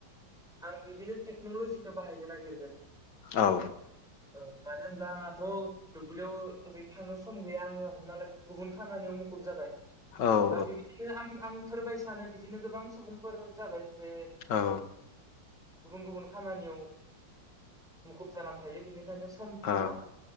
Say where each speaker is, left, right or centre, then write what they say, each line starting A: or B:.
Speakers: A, in the centre; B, on the left.
A: आं बिदिनो टेक्नल'जिखौ बाहायनो ना गिरगोन
B: औ
A: औ मानो होनब्ला आंहाथ' दुब्लियाव ओरै थांनो सम गैया आङो हमना ला गुबुन खामानियाव मुखुब जाबाय।
B: औ
A: दा बिबिदिनो आं आं फोर बायसानो बिदिनो गोबां सुबुंफोर जाबाय जे
B: औ
A: गुबुन गुबुन खामानियाव मुखुब जाना थायो बिनि खायनो सम
B: औ
A: थोला